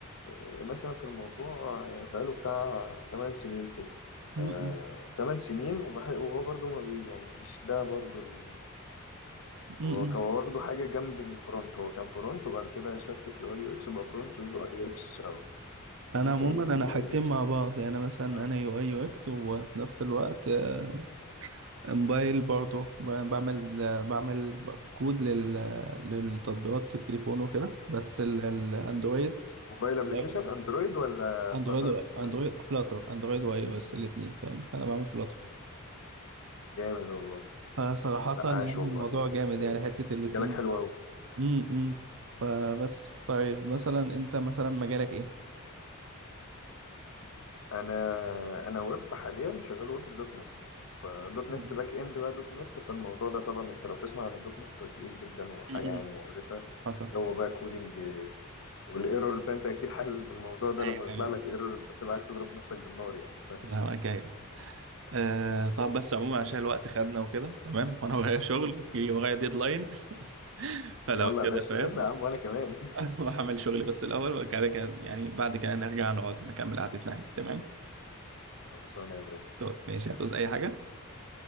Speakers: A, on the left; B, on the right.
A: آه، مثلا في الموضوع آه، بقاله بتاع 8 سنين كده ف
B: م-
A: 8 سنين وبح- وهو برضو ما بي يعني مش ده برضو اللي
B: م-
A: هو
B: م-
A: كان واخده حاجه جنب الفرونت هو كان فرونت وبعد كده شفت يو اي يو اكس بقى فرونت ويو اي يو اكس او فرونت
B: انا عموما
A: اند ويو
B: انا حاجتين
A: اي يو اكس
B: مع بعض يعني مثلا
A: آه،
B: انا يو اي يو اكس وفي نفس الوقت آه، موبايل برضه ب- بعمل بعمل كود لل... للتطبيقات التليفون وكده بس ال- الاندرويد
A: موبايل ابلكيشن
B: والاي او اس
A: اندرويد ولا
B: اندرويد
A: فلاتر
B: ولا
A: ولا
B: اندرويد فلاتر اندرويد واي او اس الاثنين فاهم فانا بعمل فلاتر
A: جامد والله
B: فصراحة
A: لا
B: يعني
A: عاش
B: الموضوع
A: والله يعني
B: جامد يعني حتة الاثنين
A: مجالك حلو
B: مع بعض
A: قوي
B: امم فبس طيب مثلا انت مثلا مجالك ايه؟
A: انا انا ويب حاليا شغال ويب دوت نت فدوت
B: مم.
A: نت باك اند بقى دوت نت فالموضوع ده طبعا انت لو تسمع عن الدوت نت هو تقيل جدا وحاجه
B: مم.
A: يعني مقرفه
B: حصل
A: وجو بقى كودينج آه، والايرور ده انت اكيد حاسس بالموضوع ده
B: ايوه
A: لما بيطلع
B: ايوه
A: لك ايرور انت بتبقى عايز تضرب نفسك بالنار يعني ف <laughs>
B: فاهمك ايوه آه طب بس عموما عشان الوقت خدنا وكده تمام <laughs> وانا ورايا شغل في ورايا ديدلاين <laughs> فلو
A: يلا
B: كده
A: يا باشا
B: فاهم
A: يلا يا عم وانا كمان
B: <laughs> اروح اعمل شغلي بس الاول وبعد كده كان يعني بعد كده نرجع نقعد نكمل قعدتنا عادي تمام
A: <laughs> خلصانه يا برنس
B: دوت ماشي هتعوز اي حاجه